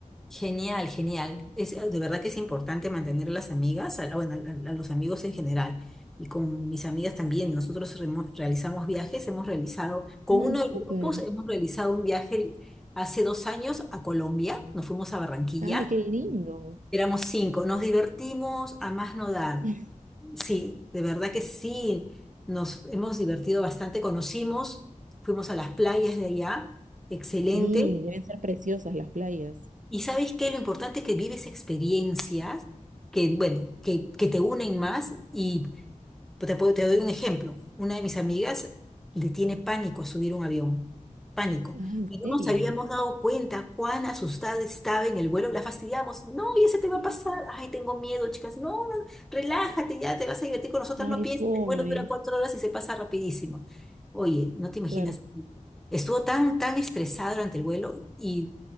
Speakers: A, in the centre; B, on the right.
A: Genial, genial. Es, de verdad que es importante mantener a las amigas, a, bueno, a, a los amigos en general. Y con mis amigas también. Nosotros remo- realizamos viajes, hemos realizado, con
B: Ay,
A: uno
B: súper.
A: de los grupos hemos realizado un viaje hace dos años a Colombia. Nos fuimos a Barranquilla
B: Ay, qué lindo.
A: Éramos cinco, nos divertimos a más no dar.
B: <laughs>
A: Sí, de verdad que sí, nos hemos divertido bastante, conocimos, fuimos a las playas de allá, excelente.
B: Sí, deben ser preciosas las playas.
A: Y sabes qué, lo importante es que vives experiencias que, bueno, que, que te unen más y pues Te, puedo- te doy un ejemplo. Una de mis amigas le tiene pánico subir un avión. Pánico.
B: Ah, ¿en
A: Y no
B: serio?
A: nos habíamos dado cuenta cuán asustada estaba en el vuelo. La fastidiamos. No, y ese te va
B: Mm.
A: a pasar. Ay, tengo miedo, chicas. No, no, relájate, ya te vas a divertir con nosotras.
B: Ay,
A: No pienses,
B: pobre.
A: el vuelo dura cuatro horas y se pasa rapidísimo. Oye, no te imaginas.
B: Claro.
A: Estuvo tan, tan estresada durante el vuelo y